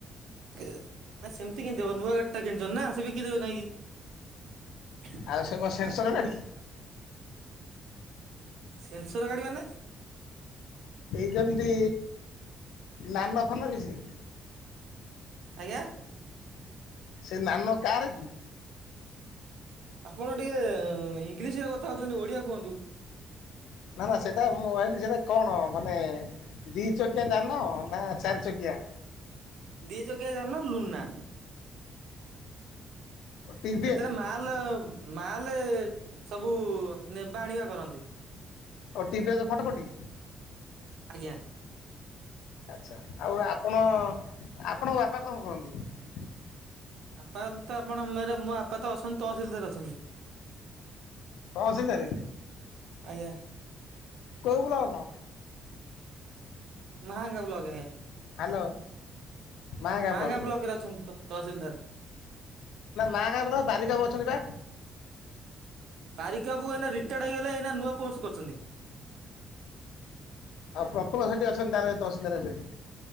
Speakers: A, on the right (about 75°); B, on the left (about 85°).
A: ଏଉ ନାଇଁ ସେମିତି କେମିତି ହବ ନୂଆଗାଡି ଟା କିଣିଛନ୍ତି ନା ସେ ବିକି ଦେବେ କାହିଁକି?
B: ଆଉ ସେ କଣ ସେନ୍ସର ଗାଡି
A: ସେନ୍ସର ଗାଡି ମାନେ?
B: ଏଇ ଯେମତି ନା ନୋ ଫାନ କି ସେ?
A: ଆଜ୍ଞା।
B: ସେ ନାନୋ କାର କି?
A: ଆପଣ ଟିକେ ଇଂଲିସିରେ କଥା ହଉଛନ୍ତି ଓଡିଆ କୁହନ୍ତୁ?
B: ନାବା ସେଏଟା ମୁଁ କହିଲି ସେଟା କଣ ମାନେ ଦିଚକିଆ ଯା ନ ନା ଚାରି ଚକିଆ?
A: ଦି ଚକିଆ ଯାନ ଲୁନା।
B: ଟିଭିଏସ୍
A: ସେଥିରେ ମାଲ ମାଲ ସବୁ ନେବା ଆଣିବା କରନ୍ତି।
B: ଟିଭିିଆଚ ଫଟଫଟି।
A: ଆଜ୍ଞା।
B: ଆଛା, ଆଉ ଆପଣ ଆପଣଙ୍କ ବାପା କଣ କରନ୍ତି?
A: ବାପା ତ ଆପଣ ମର ମୋ ବାପା ତ ଅଛନ୍ତି ତହ ସିଲଦାର ଅଛନ୍ତି।
B: ତହସିଲଦାର
A: ଆଜ୍ଞା
B: କଉ ବୁଲା କଥା।
A: ମହାଙ୍ଗା ବ୍ଲଗ ହେ
B: ହାଲୋ ମାହାଗା
A: ମାହାଙ୍ଗା
B: ବ୍ଲକ ରେ,
A: ଅଛନ୍ତି ତ ତହସିଲଦାର
B: ମାହାଗା ଆମ ବାରିିକବାକୁ ଅଛନ୍ତି ପା
A: ବାରିକ ବାବୁ ଏଇନା ରିଟାୟଡ ହେଇଗଲେ, ଏଇନା ନୂଆ ପୋଷ୍ଟ କରଛନ୍ତି।
B: ଆଉ ପ୍ରଫୁଲ୍ଲ ସେଠି ଅଛନ୍ତି ତାହାଲେ ଦଶନ୍ଦା ରେ ଏବେ